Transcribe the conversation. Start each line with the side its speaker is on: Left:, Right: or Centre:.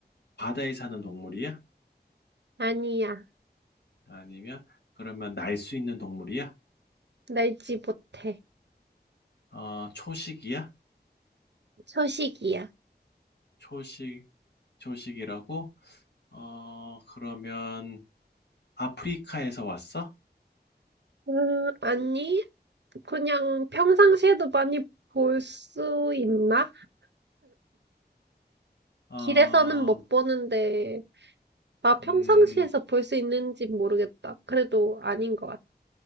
Left: 바다에 사는 동물이야?
Right: 아니야.
Left: 아니면, 그러면 날 수 있는 동물이야?
Right: 날지 못해.
Left: 어, 초식이야?
Right: 초식이야.
Left: 초식, 초식이라고? 어, 그러면 아프리카에서 왔어?
Right: 음, 아니, 그냥 평상시에도 많이 볼 수 있나?
Left: 어,
Right: 길에서는 못 보는데, 나 평상시에서
Left: 음,
Right: 볼 수 있는지 모르겠다. 그래도 아닌 것 같아.